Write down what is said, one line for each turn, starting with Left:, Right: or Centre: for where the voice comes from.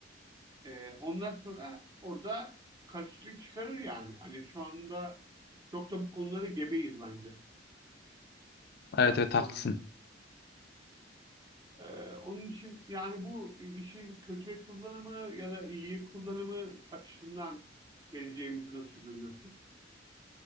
Right: Ee, ondan sonra orada karşılık çıkarır yani. Hani şu anda çok da bu konuları gebeyiz bence.
Left: Evet
Right: Yapmaların.
Left: evet haklısın.
Right: Ee, onun için yani bu işin kötü kullanımı ya da iyi kullanımı açısından geleceğimizi nasıl görüyorsun?